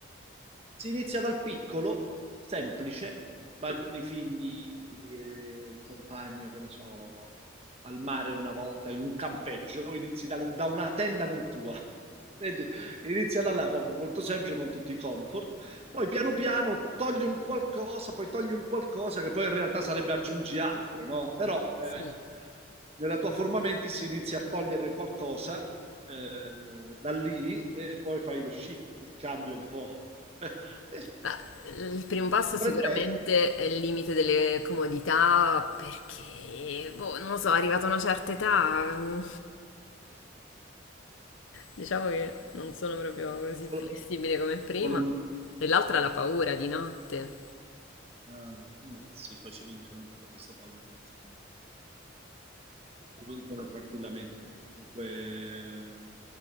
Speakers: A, on the right; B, on the left.
A: Si inizia dal piccolo, semplice, vai con i figli e il compagno, che ne so, al mare una volta, in un campeggio, inizi da, da una tenda non tua. Vedi? Inizia da là, proprio molto semplice, con tutti i comfort. Poi piano piano togli un qualcosa, poi togli un qualcosa che poi in realtà sarebbe aggiungi altro, no? Però eh,
B: Sì.
A: nella tua forma menti si inizia a togliere qualcosa eh, da lì e poi fai lo shift, il cambio un po'. <laughs>
B: Beh,
A: Eh,
B: il primo passo sicuramente
A: Potrebbe essere
B: è il limite delle comodità perché, boh, non lo so, arrivata a una certa età, mm, diciamo che non sono proprio così
A: solo
B: flessibile come prima.
A: solo
B: E l'altra è la paura di notte.
A: un... eh, ma sì, poi si vincono tutte queste paure, insomma. si vincono tranquillamente. Dunque,